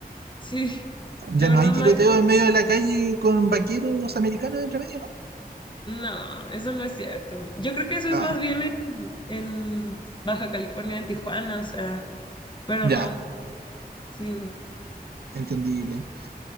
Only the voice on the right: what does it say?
Ya
no
hay tiroteo
en medio de la calle con vaqueros americanos entre medio, ¿no?
Ah,
ya,
entendible.